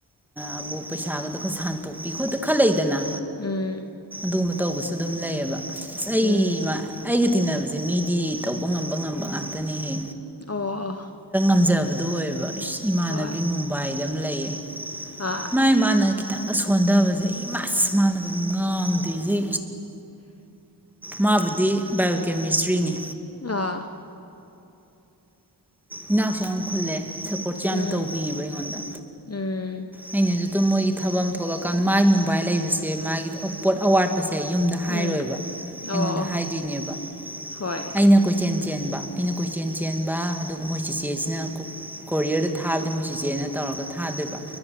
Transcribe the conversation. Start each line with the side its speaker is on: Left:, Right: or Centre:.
Centre: ꯑꯃꯨꯛ ꯄꯩꯁꯥꯒꯗꯣ ꯈꯔ ꯁꯥꯟꯇꯣꯛꯄꯤ ꯈꯣꯠꯇ ꯈꯔ ꯂꯩꯗꯅ꯫
Left: ꯎꯝ꯫
Centre: ꯑꯗꯨꯒꯨꯝꯕ ꯇꯧꯕꯁꯨ ꯑꯗꯨꯝ ꯂꯩꯌꯦꯕ꯫ ꯑꯩ
Left: ꯎꯝ
Centre: ꯃꯥ ꯑꯩꯒꯤ ꯇꯤꯅꯕꯁꯦ ꯃꯤꯗꯤ ꯇꯧꯕ ꯉꯝꯕ ꯉꯝꯕ ꯉꯥꯛꯇꯅꯤꯍꯦ꯫
Left: ꯑꯣ ꯑꯣ
Centre: ꯉꯝꯖꯕꯗꯨ ꯑꯣꯏꯌꯦꯕ ꯏꯃꯥꯟꯅꯕꯤ
Left: ꯍꯣꯏ
Centre: ꯃꯨꯝꯕꯥꯏꯗ ꯑꯗꯨꯝ ꯂꯩꯌꯦ
Left: ꯑꯥ
Centre: ꯃꯥꯏ ꯃꯥꯅ ꯀꯈꯤꯇꯪꯒ ꯁꯣꯟꯊꯕꯁꯦ ꯑꯩ ꯃꯁ ꯃꯥꯟꯅꯒꯅꯤ ꯉꯥꯎꯗꯣꯏꯖꯤ ꯃꯥꯕꯨꯗꯤ ꯕꯥꯏꯑꯣ ꯀꯦꯃꯤꯁꯇ꯭ꯔꯤꯅꯤ
Left: ꯑꯥ
Centre: ꯏꯅꯥꯛꯁꯨ ꯌꯥꯝ ꯈꯨꯜꯂꯦ ꯁꯞꯄꯣꯔꯠꯁꯨ ꯌꯥꯝ
Left: ꯎꯝ
Centre: ꯇꯧꯕꯤꯕ ꯑꯩꯉꯣꯟꯗ
Left: ꯎꯝ
Centre: ꯑꯩꯅꯁꯨ ꯑꯗꯨꯝ ꯃꯣꯏꯒꯤ ꯊꯕꯛ ꯊꯣꯛꯂꯀꯥꯟꯗ ꯃꯥꯒꯤ ꯃꯨꯝꯕꯥꯏ ꯂꯩꯕꯁꯦ ꯃꯥꯒꯤ ꯄꯣꯠ ꯑꯋꯥꯠꯄꯁꯦ ꯑꯦ ꯌꯨꯝꯗ ꯍꯥꯏꯔꯣꯏꯕ
Left: ꯎꯝ ꯑꯣ
Centre: ꯑꯩꯉꯣꯟꯗ ꯍꯥꯏꯗꯣꯏꯅꯦꯕ
Left: ꯍꯣꯏ
Centre: ꯑꯩꯅ ꯀꯣꯏꯆꯦꯜ ꯆꯦꯟꯕ ꯑꯩꯅ ꯀꯣꯏꯆꯦꯟ ꯆꯦꯟꯕ ꯑꯗꯨ ꯃꯣꯏ ꯆꯦꯆꯦꯁꯤꯅ ꯀꯣꯔꯤꯌꯔꯗ ꯊꯥꯕꯗꯤ ꯃꯣꯏ ꯆꯦꯆꯦꯅ ꯇꯧꯔꯒ ꯊꯥꯗꯣꯏꯕ